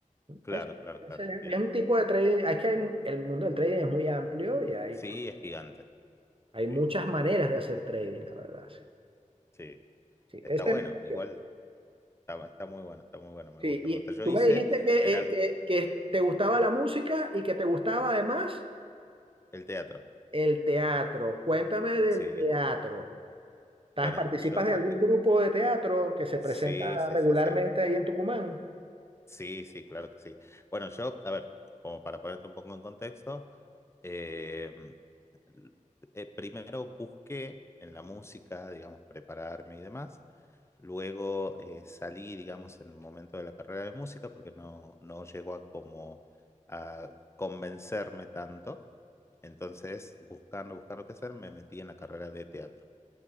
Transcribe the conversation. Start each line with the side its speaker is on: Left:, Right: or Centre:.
Left: Claro,
Right: Es,
Left: claro,
Right: es,
Left: claro,
Right: es
Left: entiendo.
Right: un tipo de trading, es que hay- el mundo del trading es muy amplio y hay,
Left: Sí, es gigante.
Right: hay muchas
Left: Sí, sí,
Right: maneras de hacer trading, la verdad, sí.
Left: sí. sí.
Right: Sí,
Left: Está
Right: esa
Left: bueno,
Right: es mi pasión.
Left: igual Está, está muy bueno, está muy bueno, me
Right: Sí,
Left: gusta,
Right: y
Left: me gusta. Yo
Right: tú
Left: hice
Right: me dijiste que,
Left: en
Right: eh,
Left: al-
Right: que, que te gustaba la música y que te gustaba además
Left: el, teatro,
Right: el teatro. Cuéntame del
Left: sí.
Right: teatro. ¿Estás-
Left: Bueno,
Right: ¿Participas
Left: yo
Right: de
Left: partí.
Right: algún grupo de teatro que se
Left: Sí,
Right: presenta
Left: sí,
Right: regularmente
Left: sí, sí.
Right: ahí en Tucumán?
Left: Sí, sí, claro que sí. Bueno, yo, a ver, como para ponerte un poco en contexto, eh, l- eh, primero busqué en la música, digamos, prepararme y demás. Luego eh, salí, digamos, en el momento de la carrera de música porque no, no llegó a como a convencerme tanto. Entonces, buscando, buscando qué hacer, me metí en la carrera de teatro.